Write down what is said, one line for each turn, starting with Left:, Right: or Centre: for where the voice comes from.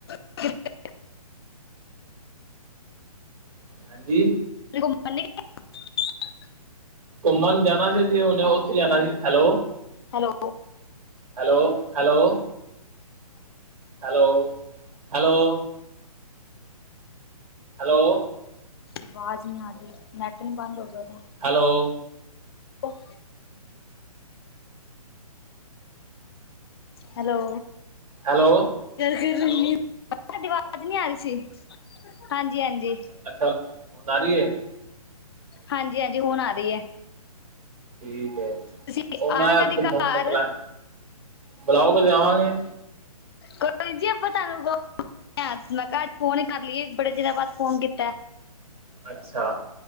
Left: <inaudible> <inaudible>
Right: ਹਾਂਜੀ
Left: ਘੁੰਮਣ ਨਹੀਂ ਗਏ <inaudible>
Right: ਘੁੰਮਣ ਜਾਣਾ ਸੀ ਅਸੀ ਹੁਨੇ ਉੱਥੇ ਜਾਣਾ ਸੀ hello
Left: hello
Right: hello hello hello hello hello
Left: ਆਵਾਜ਼ ਨਹੀਂ ਆਰੀ ਨੇਟ ਨੀ ਬੰਦ ਹੋ ਗਿਆ
Right: ਹੈਲੋ
Left: ਉਹ ਹੈਲੋ
Right: ਹੈਲੋ
Left: - <inaudible> ਸਾਡੀ ਆਵਾਜ਼ ਨ ਆ ਰਹੀ ਸੀ ਹਾਂਜੀ-ਹਾਂਜੀ
Right: ਅੱਛਾ ਆ ਰਹਿ ਐ
Left: ਹਾਂਜੀ-ਹਾਂਜੀ ਹੁਣ ਆ ਰਹੀ ਹੈ।
Right: ਠੀਕ ਹੈ
Left: ਤੁਸੀਂ
Right: ਉਹ ਮੈਂ
Left: ਆਣਾ ਕਦੀ
Right: ਘੁੰਮਣ
Left: ਘਰ
Right: ਦਾ ਪਲੈਨ ਬੁਲਾਓਗੇ ਤੇ ਆਵਾਂਗੇ।
Left: ਕੋ ਨ ਜੀ ਆਪਾਂ ਤੁਹਾਨੂੰ ਮੈਂ ਕਿਹਾਜ <inaudible> ਫੋਨ ਹੀ ਕਰ ਲਈਏ ਬੜੇ ਚਿਰਾਂ ਬਾਅਦ ਫੋਨ ਕੀਤਾ
Right: ਅੱਛਾ